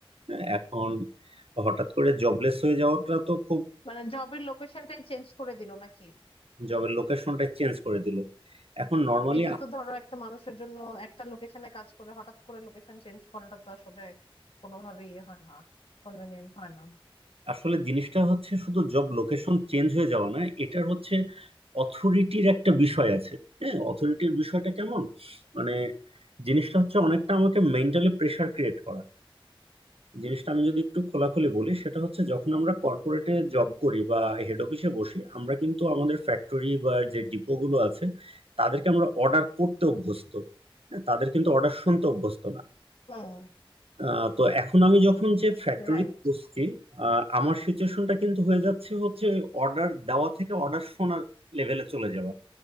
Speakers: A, on the right; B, on the left.
A: হ্যাঁ, এখন হঠাৎ করে জবলেস হয়ে যাওয়াটা তো খুব
B: মানে জবের লোকেশনটাই চেঞ্জ করে দিল নাকি
A: জবের লোকেশনটা চেঞ্জ করে দিল এখন নর্মালি
B: এটা তো ধরো একটা মানুষের জন্য একটা লোকেশনে কাজ করে হঠাৎ করে লোকেশন চেঞ্জ করাটা তো আসলে কোনোভাবেই ইয়ে হয় না কনভেনিয়েন্ট হয় না
A: আসলে জিনিসটা হচ্ছে শুধু জব লোকেশন চেঞ্জ হয়ে যাওয়া না এটার হচ্ছে অথরিটির একটা বিষয় আছে হ্যাঁ অথরিটির বিষয়টা কেমন মানে জিনিসটা হচ্ছে অনেকটা আমাকে মেন্টালি প্রেসার ক্রিয়েট করা জিনিসটা আমি যদি একটু খোলাখুলি বলি সেটা হচ্ছে যখন আমরা কর্পোরেটে জব করি বা হেড অফিসে বসি আমরা কিন্তু আমাদের ফ্যাক্টরি বা যে ডিপো গুলো আছে তাদেরকে আমরা অর্ডার করতে অভ্যস্ত হ্যাঁ, তাদের কিন্তু অর্ডার শুনতে অভ্যস্ত না
B: হুম
A: আহ, তো এখন আমি যখন যে ফ্যাক্টরি
B: রাইট
A: বসছি আহ, আমার সিচুয়েশনটা কিন্তু হয়ে যাচ্ছে হচ্ছে অর্ডার দেওয়া থেকে অর্ডার শোনার লেভেলে চলে যাওয়া